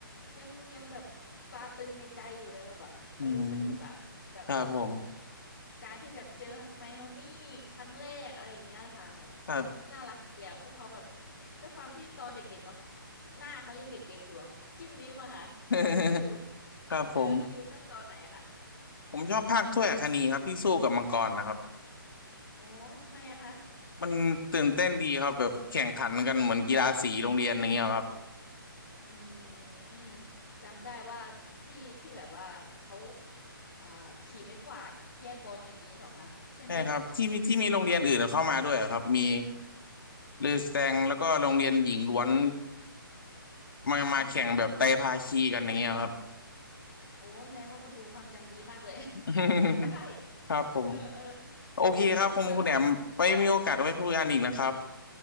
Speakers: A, on the left; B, on the left.
A: ยังยังแบบตราตรึงในใจอยู่เลยแบบแบบเออสนุกอ่ะแบบ
B: อืมครับผม
A: การที่แบบเจอไมโอนี่ครั้งแรกอะไรอย่างเงี้ยค่ะแบบ
B: ครับ
A: น่ารักดีอ่ะพวกเขาแบบด้วยความที่ตอนเด็กๆเนาะ หน้าเขายังเด็กๆอยู่อะจิ้มลิ้มอะค่ะ
B: <laughs>
A: <laughs> คุณยู
B: ครับผม
A: เออแล้วคุณยูชอบตอนไหนอะคะ
B: ผมชอบภาคถ้วยอัคนีครับที่สู้กับมังกรนะครับ
A: อ๋อทำไมอะคะ
B: มันตื่นเต้นดีครับแบบแข่งขันกันเหมือนกีฬาสีโรงเรียนอย่างเงี้ยครับ
A: อืมจำได้ว่าที่ที่แบบว่าเขาเอ่อขี่ไม้กวาดแย่งบอลกันอย่างนี้เหรอคะใช่ไหม
B: ใช่ครับที่มีที่มีโรงเรียนอื่นเข้ามาด้วยครับมีลือแสตงแล้วก็โรงเรียนหญิงล้วนมามาแข่งแบบไตรภาคีกันอย่างเงี้ยครับ
A: อืมโอ้แสดงว่าคุณยูความจำดีมากเลย <laughs>
B: <laughs>
A: จำได้
B: ครับผม
A: <laughs> เออเออ
B: โอเคครับคุณคุณแอมไปมีโอกาสไว้พูดกันอีกนะครับ
A: โอ้พอพูดแล้วแบบค่ะ